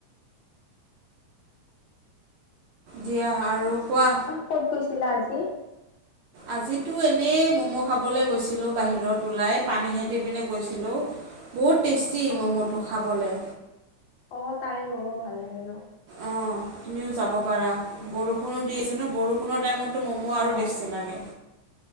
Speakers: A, on the right (about 75°); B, on the left (about 80°).
A: দিয়া আৰু কোৱা।
B: ক'ত গৈছিলা আজি?
A: আজিতো এনেই ম'ম' খাবলৈ গৈছিলোঁ বাহিৰত ওলাই পানী খাইথি পিনে গৈছিলোঁ। বহুত টেষ্টি
B: অ',
A: ম'ম'টো খাবলৈ।
B: অ তাৰে ম'ম ভাল লাগে ন?
A: অঁ তুমিও যাব পাৰা বৰষুণো দি আছে ন বৰষুণৰ টাইমতটো ম'মো আৰু
B: অ',
A: টেষ্টি লাগে।